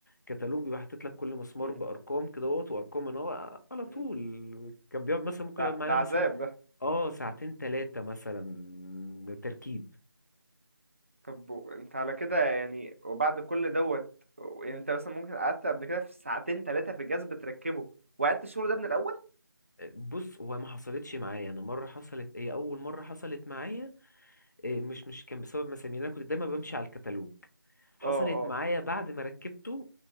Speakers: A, on the left; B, on the right.
A: كتالوج بيبقى حاطط لك كل مسمار
B: مم.
A: بارقام كده اهوت وارقام ان هو على طول
B: مم.
A: كان بيقعد مثلا ممكن
B: ده
A: يقعد معانا
B: ده عذاب
A: مثلا
B: ده
A: اه ساعتين ثلاثه مثلا تركيب
B: طب و- انت على كده يعني وبعد كل دوت و- يعني انت مثلا ممكن قعدت قبل كده في ساعتين ثلاثه في الجهاز بتركبه وقعدت الشغل ده من الاول
A: بص هو ما حصلتش معايا انا مره حصلت ايه اول مره حصلت معايا إيه، مش مش كان بسبب مسامير انا كنت دايما بمشي على الكتالوج حصلت
B: اه اه
A: معايا بعد ما ركبته